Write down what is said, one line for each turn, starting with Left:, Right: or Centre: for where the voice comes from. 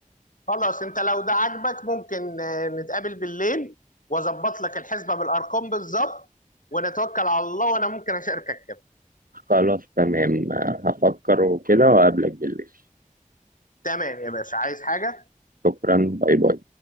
Left: خلاص انت لو ده عاجبك ممكن آه، نتقابل بالليل واظبط لك الحسبة بالارقام بالظبط ونتوكل على الله وانا ممكن اشاركك كمان
Right: خلاص تمام هفكر وكده وأقابلك بالليل
Left: تمام يا باشا عايز حاجة
Right: شكرا باي باي